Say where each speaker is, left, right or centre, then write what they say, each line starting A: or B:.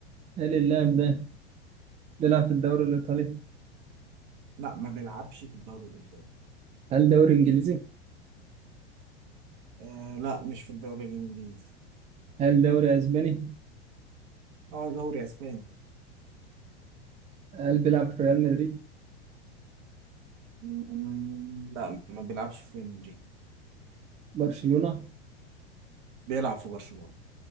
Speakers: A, on the right; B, on the right.
A: هل اللاعب ده بيلعب في الدوري الإيطالي؟
B: لا ما بيلعبش في الدوري الإيطالي
A: هل دوري إنجليزي؟
B: آه لا مش في الدوري الإنجليزي
A: هل دوري أسباني؟
B: اه دوري أسباني
A: هل بيلعب في ريال مدريد؟
B: مم، لا ما بيلعبش في ريال مدريد
A: برشلونة؟
B: بيلعب في برشلونة